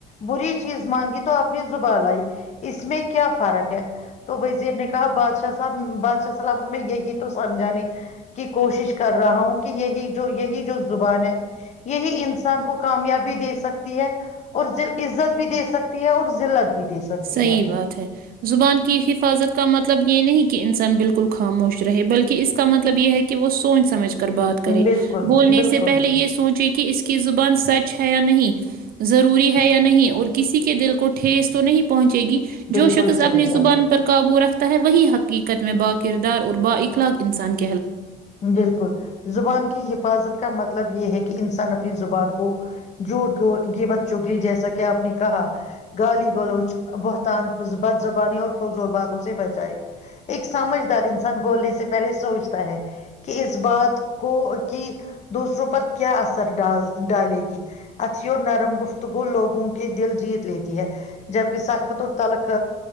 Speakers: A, on the left (about 40°); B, on the right (about 60°).
A: بری چیز مانگی تو اپنی زبان لئی اس میں کیا فرق ہے تو وزیر نے کہا بادشاہ صاحب سلامت میں یہی <unintelligible> سمجھانے کی کوشش کر رہا ہوں کہ یہی جو یہی جو زبان ہے یہی انسان کو کامیابی دے سکتی ہے اور عزت بھی دے سکتی ہے اور ت بھی دے سکتی
B: صحیح بات ہے زبان کی حفاظت کا مطلب یہ نہیں کہ انسان بالکل خاموش رہے بلکہ اس کا مطلب یہ ہے کہ وہ سوچ سمجھ کر بات کریں
A: بالکل
B: بولنے
A: بالکل
B: سے پہلے یہ سوچیں کہ اس کی زبان سچ ہے یا نہیں ضروری ہے یا نہیں اور کسی کے دل کو ٹھس تو نہیں پہنچ ج گی
A: بالکل
B: جو شخص
A: صحیح
B: اپنی زبان
A: بات
B: پر قابو رکھتے ہے وہی حقیقت میں با کردار اور با اخلاق انسان کے
A: بالکل زبان کی حفاظت کا مطلب یہ ہے کہ انسان اپنی زبان کو جوڑ یہ بد چگ لی جیسا کہ آپ نے کہا گالی گلوچ بہتان بد زبانی اور فض باتوں سے بچائے ایک سمجھدار انسان بولنے سے پہلے سوچ کہ اس بات کو کی دوسروں پر کیا اثر ڈال ڈالے گی اتھی اور نرم گفتگو لوگوں کے دل جیت لیتی ہے جبکہ سخت اور تلک